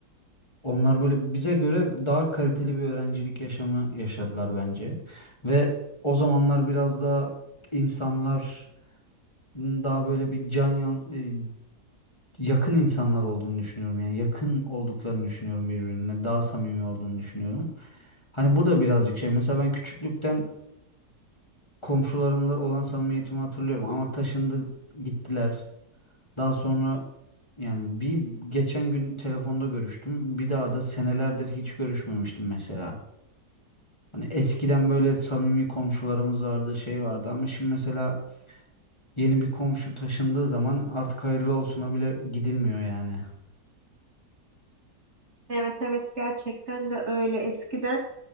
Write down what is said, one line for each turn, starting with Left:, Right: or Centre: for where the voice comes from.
Left: Onlar böyle bize göre daha kaliteli bir öğrencilik yaşamı yaşadılar bence. Ve o zamanlar biraz daha insanlar daha böyle bir can yan, e, yakın insanlar olduğunu düşünüyorum. Yani yakın olduklarını düşünüyorum birbirine. Daha samimi olduğunu düşünüyorum. Hani bu da birazcık şey. Mesela ben küçüklükten komşularımla olan samimiyetimi hatırlıyorum ama taşındı gittiler. Daha sonra yani bir geçen gün telefonda görüştüm. Bir daha da senelerdir hiç görüşmemiştim mesela. Hani eskiden böyle samimi komşularımız vardı, şey vardı ama şimdi mesela yeni bir komşu taşındığı zaman artık hayırlı olsuna bile gidilmiyor yani.
Right: Evet evet gerçekten de öyle. Eskiden